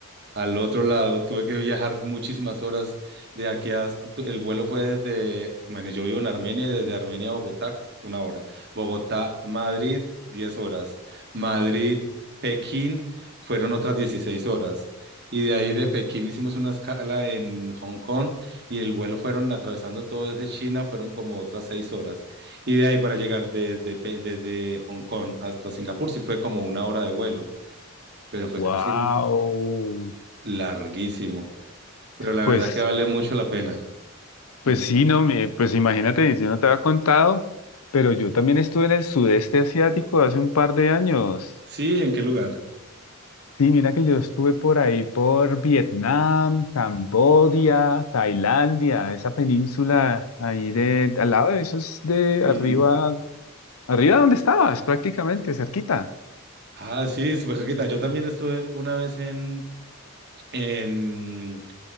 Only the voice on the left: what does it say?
Wow.
Pues,
pues sí,
no, me, pues imagínate, yo no te había contado, pero yo también estuve en el sudeste asiático hace un par de años.
Sí, mira que yo estuve por ahí, por Vietnam, Camboya, Tailandia, esa península ahí de, al lado de eso es de
arriba, arriba donde estabas, prácticamente, cerquita.